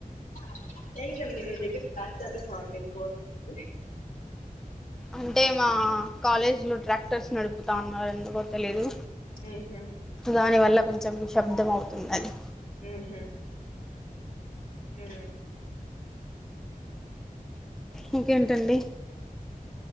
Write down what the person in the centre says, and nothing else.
అంటే మా కాలేజీ లో ట్రాక్టర్స్ నడుపుతా ఉన్నారు ఎందుకో తెలిదు
దాని వల్ల కొంచెం శబ్దం అవుతునది
ఇంకేంటండి